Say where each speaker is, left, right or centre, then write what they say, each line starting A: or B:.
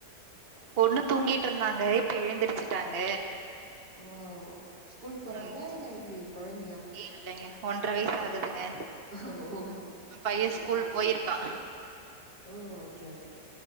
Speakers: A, on the right (about 40°); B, on the right (about 75°).
A: பொண்ணு தூங்கிட்டு இருந்தாங்க இப்ப எழுந்திருச்சிட்டாங்க
B: ஓ ஸ்கூல் போறாங்களா
A: ம்
B: இல்ல எப்டி கொழந்தையா
A: இல்லைங்க ஒன்ற வயசு ஆகுதுங்க
B: ஓ
A: பைய
B: அயோ
A: ஸ்கூல்
B: அப்
A: போயிருக்கா
B: ஓ ஓகே ஓகே